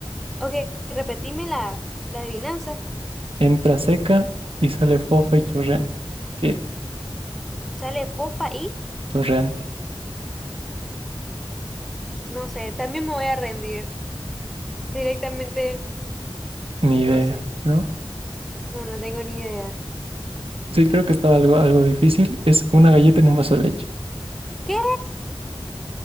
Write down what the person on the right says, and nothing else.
Entra seca y sale fofa y chorreante. ¿Qué es?
Chorreante.
Ni
idea,
¿no?
Sí, creo que estaba algo, algo difícil. Es una galleta en un vaso de leche.